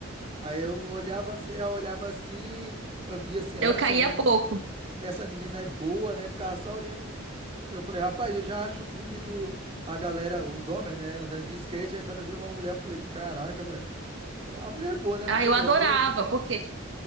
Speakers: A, on the right; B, on the right.
A: Aí eu olhava, assim- eu olhava assim, eu via assim, olha,
B: Eu
A: essa,
B: caía
A: meni-
B: pouco.
A: essa menina é boa, né? Ficava só olhando. e Eu falei, rapaz, eu já acho bonito a galera, os homens, né, andando de skate. Aí quando eu vi uma mulher, eu falei, caraca, velho. É, A mulher é boa, né?
B: Ah,
A: Pô,
B: eu adorava,
A: ela tem. o- tem-
B: porque